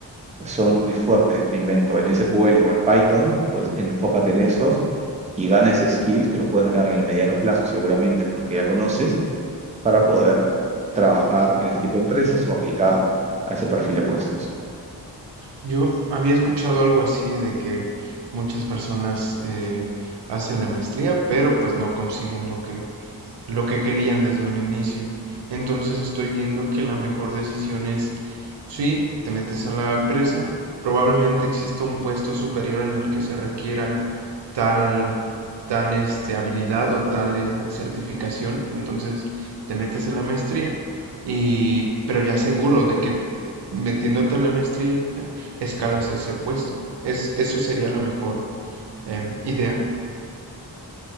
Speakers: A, on the right (about 15°); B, on the right (about 70°).
A: son muy fuertes, me invento, en S Q L o en Python, pues enfócate en esos y gana ese skill que lo puedes ganar en el mediano plazo, seguramente con los que ya conoces, para poder trabajar en ese tipo de empresas o aplicar a ese perfil de puestos.
B: Yo había escuchado algo así de que muchas personas eh, hacen la maestría, pero pues no consiguen lo que, lo que querían desde un inicio. Entonces estoy viendo que la mejor decisión es, sí, te metes a la empresa, probablemente exista un puesto superior en el que se requiera tal, tal este, habilidad o tal eh, certificación. Entonces te metes a la maestría y, pero ya seguro de que metiéndote a la maestría escalas ese puesto. Es, eso sería la mejor em, idea.